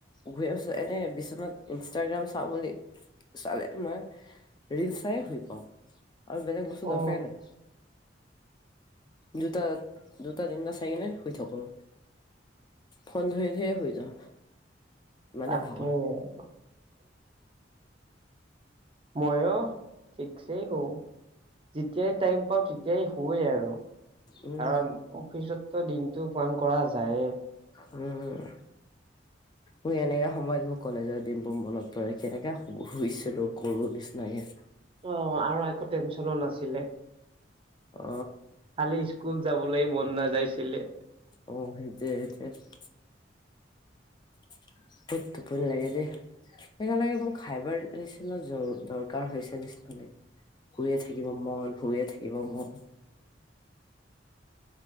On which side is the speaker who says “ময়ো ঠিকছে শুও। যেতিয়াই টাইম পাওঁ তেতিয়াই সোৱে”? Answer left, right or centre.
Right